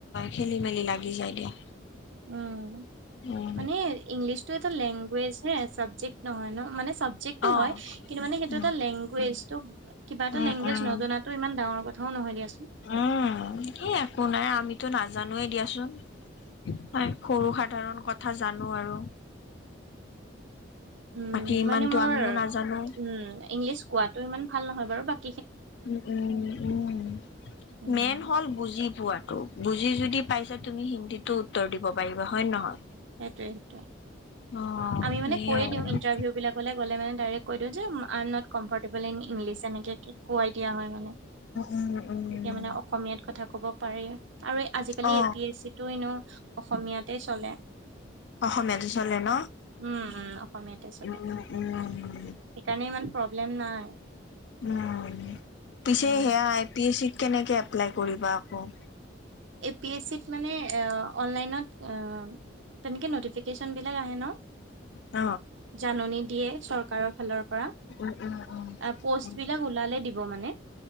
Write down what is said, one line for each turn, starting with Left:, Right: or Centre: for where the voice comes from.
Left: খেলি মেলি লাগি যায় দিয়া।
Right: উম।
Left: ম
Right: মানে ইংলিছতটো এটা লেংগুৱেজ হে, চাবজেক্ট নহয় ন মানে চাবজেক্টো
Left: অ
Right: হয়। কিন্তু, মানে এইটো
Left: উম
Right: এটা লেংগুৱেজটো কিবা এটা
Left: উম
Right: লেংগুৱেজ
Left: উম
Right: নজনাতো ইমান ডাঙৰ কথাও নহয় দিয়াচোন।
Left: উম, এই আপোনাৰ আমিতো নাজানোৱেই দিয়াছোন। সৰু সাধাৰণ কথা জানোঁ আৰু।
Right: উম,
Left: বাকী ইমানতো
Right: মানে মোৰ
Left: আমিও
Right: উম,
Left: নাজানো
Right: ইংলিছ কোৱাটো ইমান ভাল নহয় বাৰু বাক
Left: উ, উম, উম,
Right: উম,
Left: মেইন হ'ল বুজি পোৱাত তো, বুজি যদি পাইছা তুমি হিন্দীটো উত্তৰ দিব পাৰিবা হয়ন নহয়?
Right: সেইটোৱে, সেইটোৱে।
Left: অ
Right: আমি মানে
Left: সেইয়াই
Right: কয়ে
Left: আৰু
Right: দিওঁ ইটাৰভিউ বিলাক'লে গ'লে মানে ডাইৰেক কৈ দিওঁ যে, I am not comfortable in English N তেনেকেকে কৈ দিয়া হয়, মানে
Left: উম উম
Right: তেতিয়া
Left: উম
Right: মানে অসমীয়াত কথা ক'ব পাৰি। আৰু আজিকালি
Left: অ
Right: এ পি এচিটো ইনেও অসমীয়াতে চলে।
Left: অসমীয়াতে চলে ন?
Right: উম, উম, অসমীয়াতে চলে।
Left: উম উম
Right: সেইকাৰণে ইমান প্ৰব্লেম নাই।
Left: উম, পিছে
Right: উম
Left: সেয়া এ পি এচি কেনেকে এপ্লাই কৰিবা আকৌ?
Right: এ পি এচিত মানে এ, অনলাইনত অ', তেনেকে নটিফিকেচন বিলাক আহে ন!
Left: ন?
Right: জাননী দিয়ে চৰকাৰক ফালৰ পৰা,
Left: উম, উম,
Right: আ, প'ষ্টবিলাক
Left: উম।
Right: উলালে দি দিব মানে।